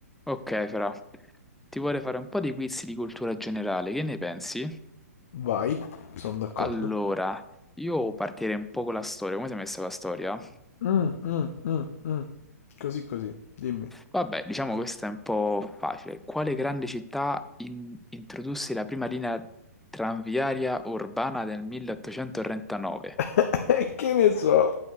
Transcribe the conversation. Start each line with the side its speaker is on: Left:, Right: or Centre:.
Centre: Ok, Fra, ti vorrei fare un po' di quiz di cultura generale, che ne pensi?
Left: Vai, sono d'accordo.
Centre: Allora, io partirei un po' con la storia, come sei messa la storia?
Left: Mm, mm, mm, mm. Così così, dimmi.
Centre: Vabbè, diciamo questa è un po' facile. Quale grande città in- introdusse la prima linea tranviaria urbana del 1839?
Left: <laughs> E che ne so?